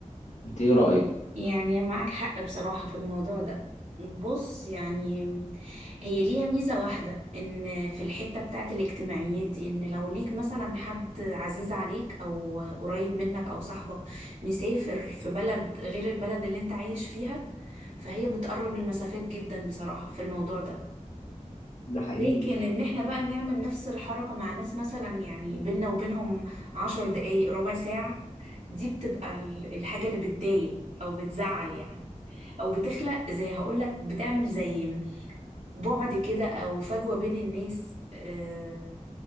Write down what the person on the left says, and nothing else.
انت ايه رايك
ده حقيقي